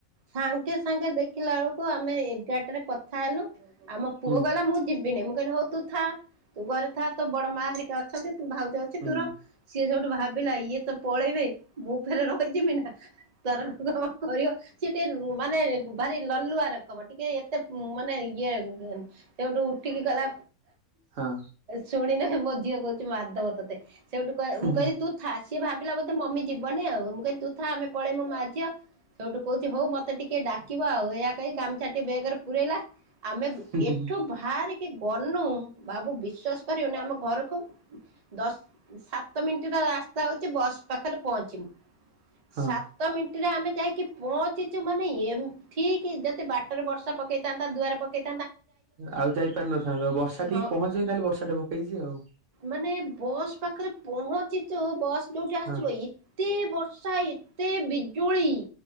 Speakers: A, on the right; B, on the right.
A: ସାଙ୍ଗେ ସାଙ୍ଗେ ଦେଖିଲା ବେଳକୁ ଆମେ ଏଗାରଟାରେ କଥା ହେଲୁ ଆମ ପୁଅ
B: ହୁଁ
A: ଗଲା ମୁଁ ଯିବିନି ମୁ ହଉ ତୁ ଥା ତୁ ଘରେ ଥା ତ ବଡ ମା ହେରିକ ଅଛନ୍ତି ତ ଭାଉଜ ଅଛ
B: ହୁଁ
A: ତର ସିଏ ସବଠୁ ଭାବିଲା ଇଏ ତ ପଳେଇବେ ମୁଁ ଫେରେ ରହିଯିବି ନା ତ କ କରିବ ସେ ଟେ ମାନେ ଭାରି ଲଲୁଆ ରକମ ଟିକେ ଏତେ ମାନେ ଇଏ ସେଠୁ ଉଠିକି ଗଲା
B: ହଁ
A: ଶୁଣି ନେ ଝିଅ କହୁଛି ମାଧବ ତତେ ସେଇଠୁ କ
B: ହଁ
A: ମୁଁ କିଲି ତୁ ଥା ସି ଭାବା ବୋତେ ମମି ଯିବନି ଆଉ ମୁଁ କି ତୁଥା ଆମେ ପଳେଇମୁ ମାଝି ସେୋଠୁ କହୁଛି ହଉ ମତେ ଟିକେ ଡାକିବ ଆଉ ଏହା କହି ଗାମିଛା ଟିକେ ବେଗରେ ପୁରଇଲା ଆମେ
B: ହଁ
A: ଏଠୁ ବାହାରିକି ଗନୁ ବାବୁ ବିଶ୍ଵାସ କରିବୁନି ଆମ ଘରକୁ ଦଶ ସାତ ମିନିଟ ର ରାସ୍ତା ହଉଛି ବସ୍ ପାଖରେ ପହଞ୍ଚମି ସାତ
B: ହଁ
A: ମିନିଟରେ ଆମେ ଯାଇକି ପହଞ୍ଚିଛୁ ମାନେ ଠିକ ଯଦି ବାଟରେ ବର୍ଷା ପକେଇଥାନ୍ତା ଦୁଆରେ ପକେଇ
B: ଆଉ ଯାଇପାରିନଥାନ୍ତେ ଆଉ ବର୍ଷା ଟିକେ
A: ହଁ
B: ପହଞ୍ଚେଇନି ତାହଲେ ବର୍ଷା ଟା ପକେଇଛି ଆଉ।
A: ମାନେ ବସ୍ ପାଖରେ ପହଞ୍ଚି ତ ବସ୍ ଯଉଠି ଆସିବ
B: ହଁ
A: ଏତେ ବର୍ଷା ସେ ବିଜୁଳି